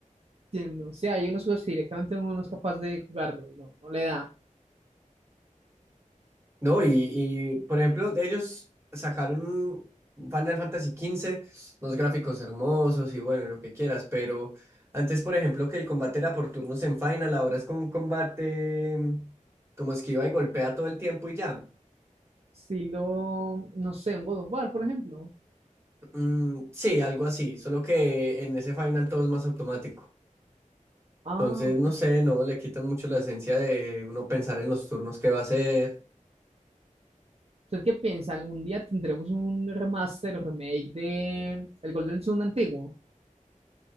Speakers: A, on the right (about 50°); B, on the right (about 20°).
A: Entiendo. O sea, hay unos juegos que directamente uno no es capaz de jugarlos, no, no le da.
B: No, y, y, por ejemplo, de ellos sacaron un Final Fantasy quince los gráficos hermosos y bueno, lo que quieras, pero antes, por ejemplo, que el combate era por turnos en Final, ahora es como un combate mm, como esquiva y golpea todo el tiempo y ya.
A: Estilo, no sé, un God of War, por ejemplo.
B: Mm, sí, algo así, solo que en ese Final todo es más automático.
A: Ah,
B: Entonces, no sé, no le quitan mucho la esencia de uno pensar en los turnos que va a hacer.
A: ¿usted qué piensa? ¿Algún día tendremos un remaster o remake de el Golden Sun antiguo?